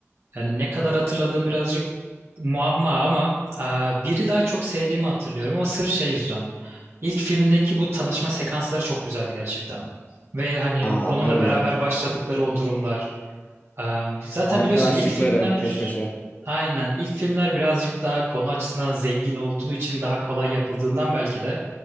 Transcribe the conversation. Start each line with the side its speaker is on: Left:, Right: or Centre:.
Right: Yani ne kadar hatırladığım birazcık muamma ama eee, biri daha çok sevdiğimi hatırlıyorum ama sırf şey yüzden. İlk filmdeki bu tanışma sekansları çok güzeldi gerçekten. Ve hani
Left: Aa
Right: onunla
Left: öyle.
Right: beraber başladıkları o durumlar. Eee, zaten
Left: Arkadaşlıkları
Right: biliyorsun ilk filmler
Left: peş peşe.
Right: aynen ilk filmler birazcık daha konu açısından zengin olduğu için daha kolay yapıldığından belki de